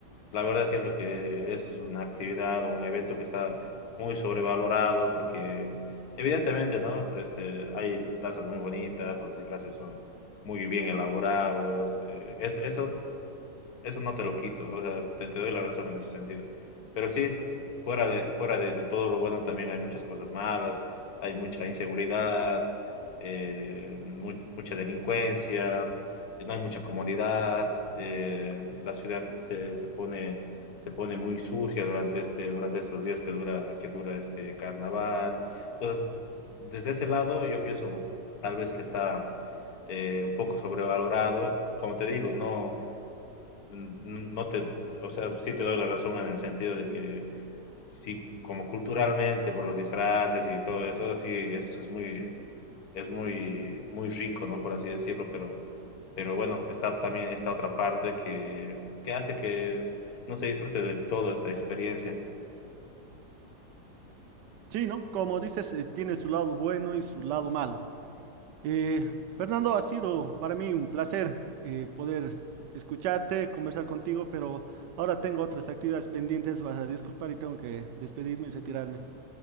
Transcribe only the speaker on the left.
La verdad siento que es una actividad o un evento que está muy sobrevalorado porque evidentemente, ¿no? Este, hay danzas muy bonitas, los disfraces son muy bien elaborados, eh, es, eso eso no te lo quito, o sea, te, te doy la razón en ese sentido. Pero sí, fuera de, fuera de, de todo lo bueno también hay muchas cosas malas, hay mucha inseguridad, eh, mu- mucha delincuencia, eh, no hay mucha comodidad, eh, la ciudad se, se pone, se pone muy sucia durante este, durante estos días que dura, que dura este carnaval. Entonces, desde ese lado yo pienso tal vez que está eh, un poco sobrevalorado. Como te digo, no, mm, no te, o sea, sí te doy la razón en el sentido de que sí, como culturalmente, por los disfraces y todo eso, sí, es, es muy, es muy, muy rico, ¿no? Por así decirlo, pero, pero bueno, está también esta otra parte que, que hace que no se disfrute de toda esta experiencia.